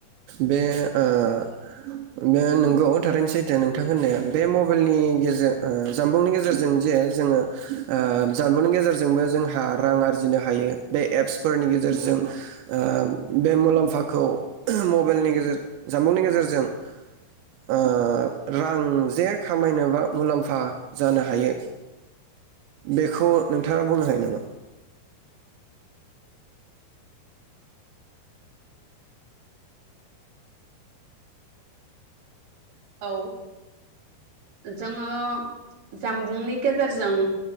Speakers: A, on the right (about 80°); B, on the right (about 50°).
A: बे ओ बे नोंगौ थारैनो सैथो नोंथां होननाया बे मबेलनि गेजेर ओ जानबुंनि गेजेरजों जे जोङो ओ जानबुंनि गेजेरजोंबो जोंहा रां आरजिनो हायो बे एप्सफोरनि गेजेरजों ओ बे मुलाम्फाखौ मबेलनि गेजेर जामबुंनि गेजेरजों ओ रां जे खामायनोबा मुलाम्फा जानो हायो बेखौ नोंथाङा बुंनो हायो नामा?
B: औ जोङो जामबुंनि गेजेरजों